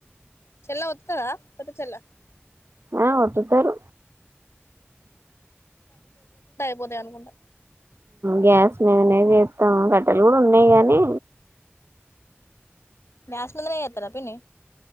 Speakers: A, on the left; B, on the right.
A: చెల్ల ఒత్తుతదా పెద్ద చెల్ల
B: ఆహ్ ఒత్తుతారు
A: పోదే అనుకంటా
B: గ్యాస్ మీదనేది చేస్తాము కట్టెలు కూడా ఉన్నాయి గానీ
A: గ్యాస్ మీదనే చేస్తారా పిన్నీ